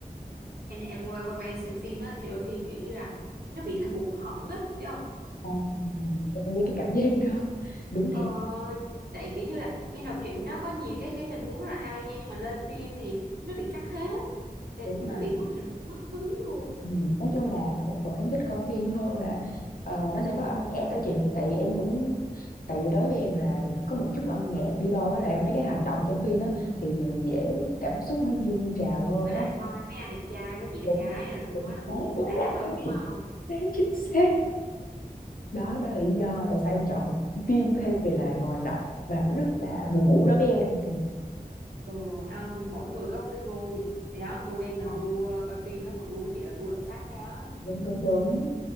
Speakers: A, on the right; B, on the left.
A: em em quay quay qua em xem phim á thì đôi khi kiểu như là nó bị hụt hẫng á biết không
B: à, à. em biết cái cảm giác đó đúng
A: ờ,
B: thiệt
A: tại kiểu như là em đọc truyện nó có nhiều cái cái tình huống rất là hay nha nhưng mà lên phim thì nó bị cắt hết Tại
B: đúng
A: nó
B: rồi
A: bị mất mất hứng luôn
B: Ừ, nói chung là một phần em thích coi phim hơn là ờ, nó
A: ừ.
B: sẽ có âm nhạc đó chị tại vì em cũng tại vì đối với em là có một chút âm nhạc đi đôi với lại mấy cái hành động trong phim đó thì mình dễ
A: ừ.
B: cảm xúc nó dâng trào hơn
A: với lại
B: á
A: coi mấy anh đẹp trai mấy chị đẹp
B: đúng
A: gái rồi nữa
B: đúng
A: nó
B: đúng
A: cũng
B: đúng
A: đã
B: rồi
A: hơn
B: <laughs>
A: đúng
B: chính
A: không
B: xác chính xác đó đó là lý do tại sao em chọn phim thay vì là ngồi đọc và nó rất là buồn ngủ đối với em Ừ,
A: ừ, không mỗi người có một cái gu thì đó gu em là
B: ờ,
A: gu ờ, coi phim đó còn gu của chị là gu đọc sách đó
B: đúng đúng đúng
A: ừ.